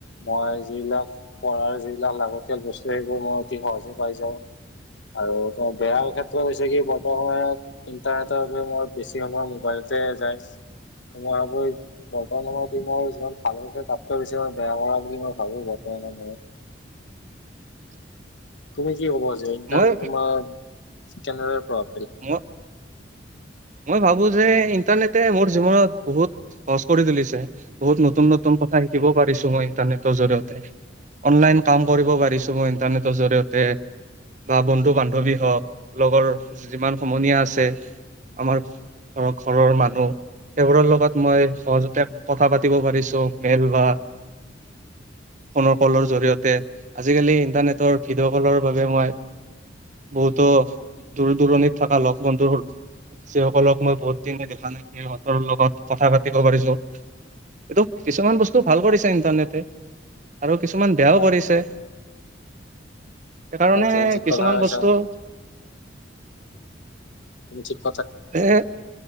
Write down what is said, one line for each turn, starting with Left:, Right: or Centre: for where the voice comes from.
Left: মই যিবিলাক পঢ়াৰ যিবিলাক লাগতিয়াল বস্তু সেইবোৰ মই হ যে পাই যা আৰু ত বেয়া
Right: অ
Left: ক্ষেত্ৰত হৈছে কি বৰ্ত সময়ত ইন্টাৰনেটৰ বাবে মই বেছি সময় বলতে যাই ত মই ভাবো এই বৰ্তমান সময়ত ইমোৰ যছমান ভাল পৈছে তাতকৈ বেছিমান বেয়া কৰা বুলি মই ভাবো বৰ্তমান ব ব
Right: <inaudible>
Left: তুমি কি কব যে ইণ্টাৰনেট
Right: মই
Left: তোমাৰ, চেনেল পৰা
Right: মই, মই ভাবো যে ইণ্টাৰনেটে মোৰ জীৱনত বহুত সহজ কৰি তুলিছে, বহুত নতুন নতুন কথা শিকিব পাৰিছো মই ইটাৰ নেটৰ জৰিয়তে, অনলাইন কাম কৰিব পাৰিছো মই ইন্টাৰনেটৰ জৰিয়তে। বা বন্ধু-বান্ধৱী হওঁক লগৰ যিমান সমনীয়া আছে। আমাৰ ধৰক ঘৰৰ মানুহ। সেইবোৰৰ লগত মই সহজতে কথা পাতিব পাৰিছো মেল বা ফোনৰ কলৰ জৰিয়তে আজিকালি ইণ্টাৰনেটৰ ভিডিঅ' কলৰ বাবে মই বহুতো দূৰ দূৰণিত থকা লগ বন্ধুৰ যিসকলক মই বহুত দিনে দেখা নাই সিহঁতৰ লগত কথা পাতিব পাৰিছো। এইটো কিছুমান বস্তু ভাল কৰিছে ইণ্টাৰনেটে। আৰু কিছুমান বেয়াও
Left: হয়
Right: কৰিছে।
Left: হয়
Right: সেইকাৰণে
Left: হয় তুমি ঠিক
Right: কিছুমান
Left: কথা কৈছা
Right: বস্তু।
Left: <unintelligible>
Right: এ,